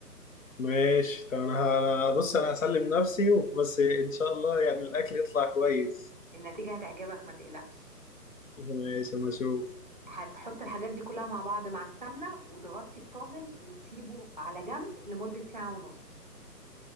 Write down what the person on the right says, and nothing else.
النتيجة هتعجبك ما تقلقش
هتحط الحاجات دي كلها مع بعض مع السمنة وتغطي الطاجن وتسيبه على جنب لمدة ساعة ونص